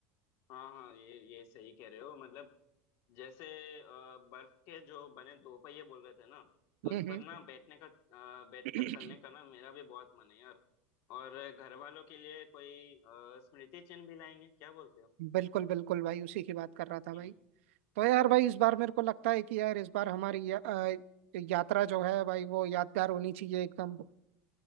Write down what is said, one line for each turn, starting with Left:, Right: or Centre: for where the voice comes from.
Left: हाँ हाँ ये ये सही कह रहे हो मतलब जैसे अ, बर्फ के जो बने दो पहिए बोल रहे थे ना तो उस
Right: हम्म
Left: पर
Right: हम्म।
Left: ना बैठने का अ, बैठकर
Right: <clears throat>
Left: चलने का ना मेरा भी बहुत मन है यार और घर वालों के लिए कोई अ, स्मृति चिन्ह भी लाएंगे क्या बोलते
Right: बिल्कुल बिल्कुल भाई उसी की बात कर रहा
Left: हो
Right: था भाई तो यार भाई इस बार मेरे को लगता है कि यार इस बार हमारी या, अ, यात्रा जो है भाई वो यादगार होनी चाहिए एकदम